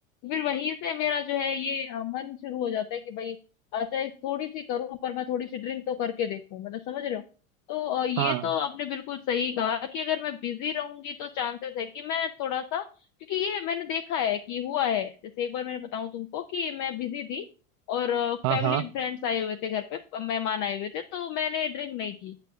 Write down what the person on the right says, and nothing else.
हाँ
हाँ
हाँ